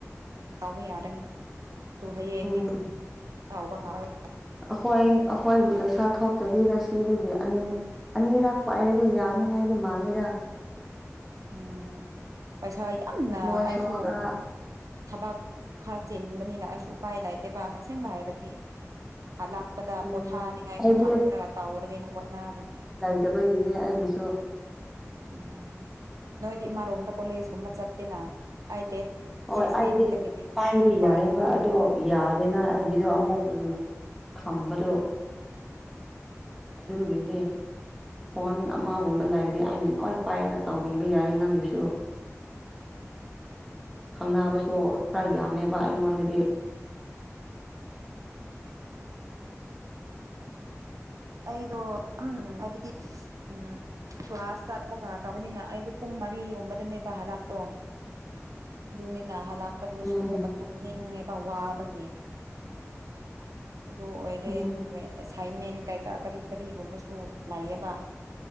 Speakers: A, on the right (about 85°); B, in the centre.
A: ꯇꯧꯕ ꯌꯥꯔꯅꯤ ꯗꯨ ꯍꯌꯦꯡꯗꯤ
B: ꯎꯝ
A: ꯇꯧꯕ ꯉꯝꯃꯥꯔꯣꯢ
B: ꯑꯩꯈꯣꯏ ꯑꯩꯈꯣꯏꯒꯤ ꯄꯩꯁꯥ ꯊꯣꯛꯇꯕꯤꯗ ꯁꯤꯗꯒꯤ ꯑꯅꯤ ꯑꯅꯤꯔꯛ ꯄꯥꯏꯔꯗꯤ ꯌꯥꯅꯤꯡꯉꯥꯏꯗꯤ ꯃꯥꯜꯂꯦꯗ
A: ꯎꯝ ꯄꯩꯁꯥ ꯌꯥꯝꯅ
B: ꯃꯣꯏꯁꯨ
A: ꯑꯩꯁꯨ
B: ꯈꯔ
A: ꯊꯕꯛ ꯈꯔ ꯆꯤꯟꯕꯅꯤꯅ ꯑꯩꯁꯨ ꯎꯄꯥꯏ ꯂꯩꯇꯦꯕ ꯑꯁꯦꯡꯕ ꯍꯥꯏꯔꯗꯤ ꯑꯅꯛꯄꯗ
B: ꯎꯝ
A: ꯄꯣꯊꯥꯅꯤꯡꯉꯥꯏꯁꯨ
B: ꯑꯩꯗꯤ
A: ꯈꯪꯗ꯭ꯔꯒ ꯇꯧꯔꯒꯦꯅ ꯍꯣꯠꯅꯕꯅꯦ
B: ꯇꯕꯒꯤꯅꯦ ꯑꯩꯒꯤꯁꯨ
A: ꯎꯝ ꯅꯣꯏꯗꯤ ꯢꯃꯥꯔꯣꯝꯗ ꯀꯣꯂꯦꯖꯒꯨꯝꯕ ꯆꯠꯇꯦꯅ ꯑꯩ ꯗꯦꯠ
B: ꯍꯣꯏ
A: ꯁꯤꯛꯁꯇꯤꯟꯗꯒꯤꯗꯤ
B: ꯑꯩꯗꯤ ꯄꯥꯏꯕ
A: ꯎꯄꯥꯏ
B: ꯌꯥꯏꯌꯦꯕ
A: ꯂꯩꯇ꯭ꯔꯦꯕ
B: ꯑꯗꯣ ꯌꯥꯗꯦꯅ ꯑꯩꯒꯤꯗꯣ ꯑꯃꯨꯛ ꯎꯝ ꯊꯝꯕꯗꯨ ꯑꯗꯨꯒꯤꯅꯦ
A: ꯎꯝ
B: ꯐꯣꯟ ꯑꯃꯒꯨꯝꯕ
A: ꯎꯝ
B: ꯂꯩꯔꯗꯤ ꯑꯩꯅ ꯂꯣꯏ ꯄꯥꯏꯔꯒ ꯇꯧꯕꯤꯕ ꯌꯥꯏꯌꯦ ꯅꯪꯒꯤꯁꯨ ꯈꯪꯅꯕꯁꯨ ꯈꯔ ꯌꯥꯝꯃꯦꯕ ꯑꯩꯉꯣꯟꯗꯗꯤ
A: ꯑꯩꯗꯣ ꯌꯤꯝ ꯍꯥꯏꯕꯗꯤ ꯎꯝ ꯀ꯭ꯂꯥꯁ ꯆꯠꯄꯒ ꯇꯧꯕꯅꯤꯅ ꯑꯩꯗꯣ ꯄꯨꯡ ꯃꯔꯤꯒꯨꯝꯕꯗꯅꯦꯕ ꯍꯜꯂꯛꯄꯗꯨ ꯑꯗꯨꯅꯤꯅ ꯍꯜꯂꯛꯄꯗꯨꯁꯨ
B: ꯎꯝ
A: ꯑꯃꯨꯛꯀ ꯇꯨꯝꯅꯤꯡꯉꯦꯕ ꯋꯥꯕꯒꯤ ꯑꯗꯨ ꯑꯣꯏꯔꯦ
B: ꯎꯝ
A: ꯑꯗꯨꯒ ꯑꯦꯁꯥꯏꯟꯃꯦꯟ ꯀꯩ ꯇ ꯀꯔꯤ ꯀꯔꯤꯒꯨꯝꯕꯁꯨ ꯂꯩꯌꯦꯕ